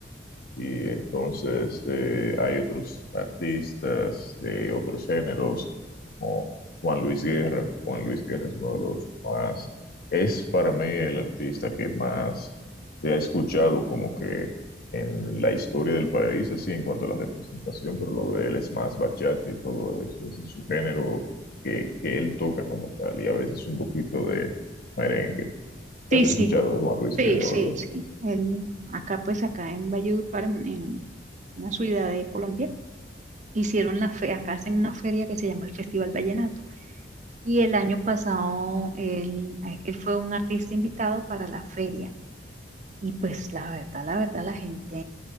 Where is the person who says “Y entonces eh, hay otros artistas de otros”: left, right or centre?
Left